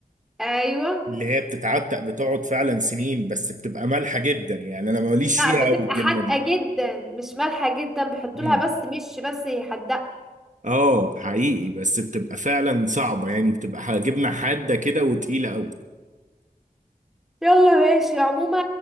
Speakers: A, in the centre; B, on the right.
A: ايوه
B: اللي هي بتتعتق بتقعد فعلا سنين بس بتبقى مالحة جدا يعني انا ماليش
A: لا
B: فيها
A: بتبقى
B: قوي الجبنة
A: حادقه
B: دي
A: جدا مش مالحه جدا بيحطوا
B: مم.
A: لها بس مش بس هي حادقه
B: اه حقيقي بس بتبقى فعلا صعبة يعني بتبقى جبنة حادة كده وتقيلة قوي
A: يلا ماشي عموما